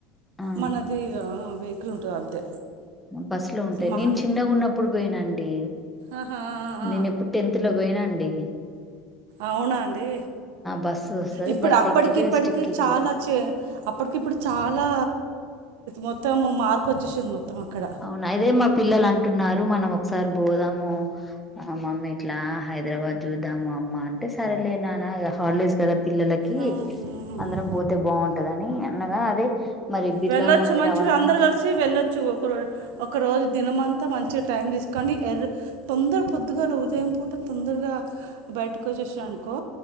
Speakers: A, in the centre; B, on the right.
A: ఆ
B: మనదిగా వెహికల్ ఉంటది అంతే
A: బస్సు లో ఉంటాయి
B: మహన
A: నేను చిన్నగా ఉన్నప్పుడు పోయినా అండి
B: ఆహా
A: నేను
B: ఆ
A: ఎప్పుడు టెన్త్ లో పోయినా అండి
B: అవునా అండి
A: బస్సు వస్తది
B: ఇప్పుడు
A: బస్సు
B: అప్పటికి
A: ఎక్కిరు
B: ఇప్పటికి
A: ఎస్టిక్కిచ్చిరు
B: చాలా చే అప్పటికిప్పుటకీ చాలా మొత్తం మార్పు వచ్చేసింది మొత్తం అక్కడ
A: అవునా అదే మా పిల్లలు అంటున్నారు మనం ఒకసారి పోదాము ఆ మమ్మీ ఇట్లా హైదరాబాద్ చూద్దాము అమ్మ అంటే సరలే నాన్న హాలిడేస్ తదప్ పిల్లలకి
B: ఆ,
A: అందరం పోతే బావుంటదని అన్నదా అదే మరి బిర్లా
B: వెళ్ళొచ్చు
A: మందిర్
B: మంచిగా
A: అవన్నీ
B: అందరు కలిసి వెళ్ళొచ్చు ఒక్క రో ఒకరోజు దినమంతా మంచిగా టైం తీసుకని ఎర్ర తొందర పొద్దుగాల ఉదయం పూట తొందరగా బయటకు వచ్చేసానుకో